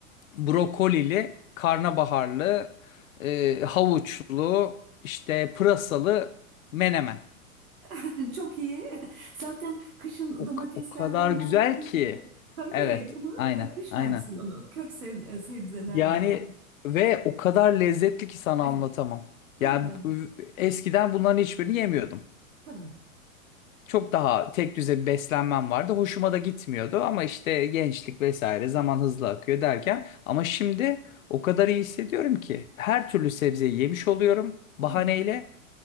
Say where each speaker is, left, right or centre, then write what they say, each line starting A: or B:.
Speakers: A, on the left; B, on the right.
A: Brokolili, karnabaharlı, e, havuçlu, işte pırasalı menemen.
B: <laughs> çok iyi. <laughs> Zaten kışın
A: O,
B: domatesler
A: o kadar
B: hormonlu
A: güzel
B: oluyor
A: ki.
B: oluyordu. Tabii
A: Evet,
B: bunu
A: aynen,
B: e, kış
A: aynen.
B: versiyonu kök seb- e, sebzelerle
A: Yani
B: yapmış.
A: ve o kadar lezzetli ki sana
B: Evet.
A: anlatamam.
B: <laughs> Hı
A: Yani
B: hı,
A: ü- eskiden bunların hiçbirini yemiyordum.
B: Tabii.
A: Çok daha tek düze bir beslenmem vardı. Hoşuma da gitmiyordu ama işte gençlik vesaire zaman hızlı akıyor derken ama şimdi o kadar iyi hissediyorum ki her türlü sebzeyi yemiş oluyorum bahaneyle
B: Evet.